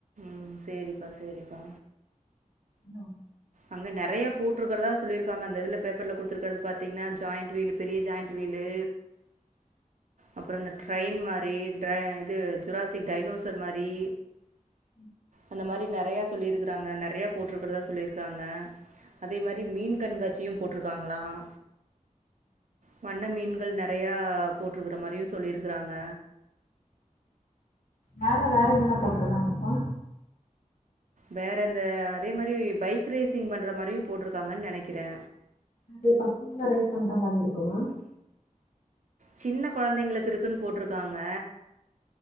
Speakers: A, on the right; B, on the left.
A: ம் செரிப்பா செரிப்பா
B: னோ
A: அங்க நறைய போட்டிருக்றதா சொல்லிருக்காங்க அந்த இதுல பேப்பர்ல குடுத்துருக்றது பாத்தீங்கன்னா ஜாயிண்ட் வீல் பெரிய ஜாயிண்ட் வீலு
B: <inaudible>
A: அப்றோ இந்த ட்ரெயின் மாரி ட் இது ஜுராசிக் டைனோசர் மாரி
B: <inaudible>
A: அந்த மாரி நறைய சொல்லிருக்கறாங்க நறைய போட்டிருக்கறதா சொல்லிருக் காங்க அதே மாரி மீன் கண்காட்சியு போட்ருக்காங்களாம் வண்ண மீன்கள் நறைய போட்ருக்கற மாரியு சொல்லிருக்றாங்க
B: வேற வேற என்னன்ன போட்டுருதாங்க இப்போ
A: வேறந்த அதே மாரி பைக் ரேசிங் பண்ற மாரியு போட்ருக்காங்கன்னு நனைக்கறே
B: அது பத்து ரேட் பண்ற மாரி இருக்குமா
A: சின்ன கொழந்தைங்களுக்கு இருக்குன்னு போட்ருக்காங்க